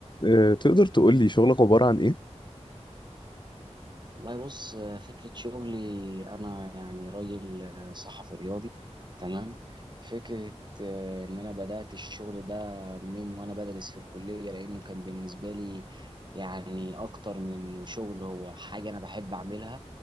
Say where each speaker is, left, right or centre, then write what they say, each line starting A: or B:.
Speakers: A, on the left; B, on the right.
A: آه، تقدر تقول لي شغلك عبارة عن ايه؟
B: والله بص آه، فكرة شغلي أنا يعني راجل آه، صحفي رياضي تمام فكرة آه، إن أنا بدأت الشغل ده من وأنا بدرس في الكلية لأنه كان بالنسبة لي يعني أكتر من إنه شغل هو حاجة أنا بحب أعملها